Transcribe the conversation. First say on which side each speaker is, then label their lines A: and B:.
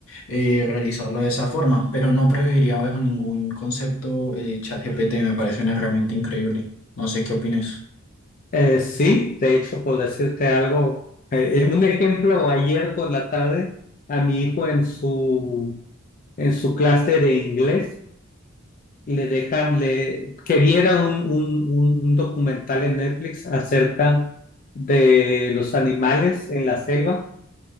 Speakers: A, on the left; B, on the left.
A: eh, realizarlo de esa forma, pero no prohibiría bajo ningún concepto eh, ChatGPT, me parece una herramienta increíble. No sé qué opines.
B: Eh, sí, de hecho, por decirte algo, eh, eh, un ejemplo, ayer por la tarde, a mi hijo en su, en su clase de inglés, le dejan, le, que viera un, un, un- un documental en Netflix acerca de los animales en la selva